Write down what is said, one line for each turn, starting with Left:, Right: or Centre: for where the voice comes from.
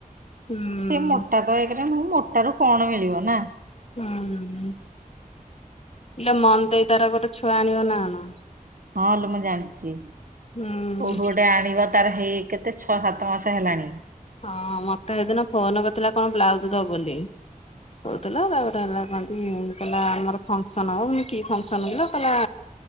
Left: ହୁଁ।
Right: ସେ ମୋ ମୋଟା ତ ଏକରେ ମୋଟାରୁ କଣ ମିଳିବ ନା।
Left: ହଁ ହେଲେ ମନ ଦେଇ ତାର ଗୋଟେ ଛୁଆ ଆଣିବ ନା ଆଣ।
Right: ହଁ ଲୋ ମୁଁ ଜାଣିଛି।
Left: ହୁଁ
Right: କୋଉଠୁ ଗୋଟେ ଆଣିବ। ତାର ହେଇ କେତେ ଛଅ ସାତ ମାସ ହେଲାଣି।
Left: ହଁ ମତେ ସେଦିନ ଫୋନ କରିଥିଲା କଣ ବ୍ଲାଉଜ ଦବ ବୋଲି।
Right: ହଁ
Left: କହୁଥିଲା ତାପରେ ହେଲା କୁହନ୍ତି କହିଲ ଆମର ଫଙ୍କସନ ହବ। କି ଫଙ୍କସନ କିଲୋ। କହିଲା